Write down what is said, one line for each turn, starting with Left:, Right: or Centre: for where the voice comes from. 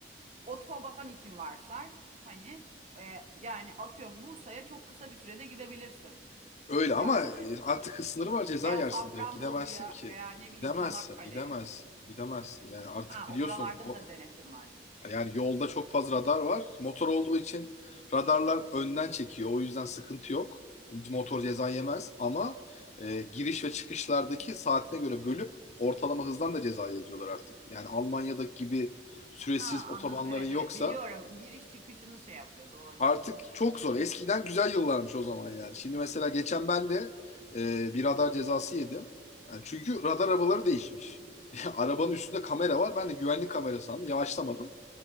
Right: Otoban için varsay hani e, yani atıyorum Bursa'ya çok kısa bir sürede gidebilirsin
Left: Öyle
Right: yani
Left: ama e, artık hız sınırı var ceza
Right: veya
Left: yersin
Right: Safranbolu'ya
Left: direkt. Gidemezsin ki.
Right: veya ne
Left: Gidemezsin,
Right: bileyim Çanakkale'ye
Left: gidemezsin, gidemezsin. Yani artık
Right: ha
Left: biliyorsun
Right: oralarda
Left: o
Right: da denetim var diyorsun.
Left: Yani yolda çok fazla radar var. Motor olduğu için radarlar önden çekiyor. O yüzden sıkıntı yok. Motor ceza yemez ama e, giriş ve çıkışlardaki saatine göre bölüp ortalama hızdan da ceza yazıyorlar artık. Yani Almanya'daki gibi süresiz
Right: Ha
Left: otobanların
Right: anladım evet
Left: yoksa
Right: evet biliyorum giriş çıkışını şey yapıyor doğru
Left: artık çok zor. Eskiden güzel yıllarmış o zaman yani. Şimdi mesela geçen ben de e, bir radar cezası yedim. Yani çünkü radar arabaları değişmiş. <laughs> Arabanın üstünde kamera var. Ben de güvenlik kamera sandım. Yavaşlamadım